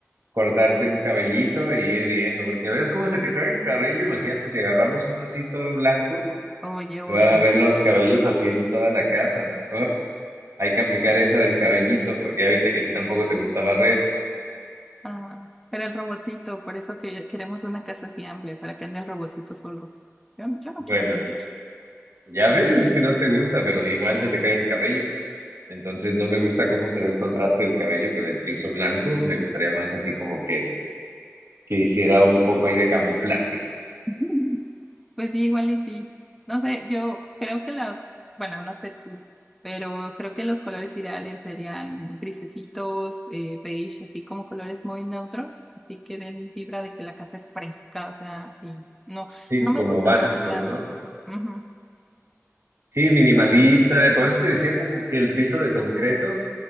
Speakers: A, on the right (about 70°); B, in the centre.
A: cortarte un cabellito y ir viendo, porque ves cómo se te cae el cabello, imagínate si agarramos uno así todo blanco,
B: Oye,
A: se
B: oye.
A: van a ver los cabellos así en toda la casa, mejor hay que aplicar esa del cabellito, porque ya viste que a ti tampoco te gusta barrer.
B: Ah, pero el robotcito, por eso que queremos una casa así amplia, para que ande el robotcito solo. Yo, yo no
A: Bueno,
B: quiero limpiar.
A: ya ves, es que no te gusta, pero igual se te cae el cabello. Entonces no me gusta cómo se ve el contraste del cabello con el piso blanco, me gustaría más así como que, que hiciera un poco ahí de camuflaje,
B: <laughs> Pues sí, igual y sí. No sé, yo creo que las, bueno, no sé tú, pero creo que los colores ideales serían grisecitos, eh, beige, así como colores muy neutros, así que den vibra de que la casa es fresca, o sea, sí. No,
A: sí,
B: no
A: como
B: me gusta
A: básicos,
B: saturado.
A: ¿no?
B: Ujú,
A: Sí, minimalista, por eso te decía como que el piso de concreto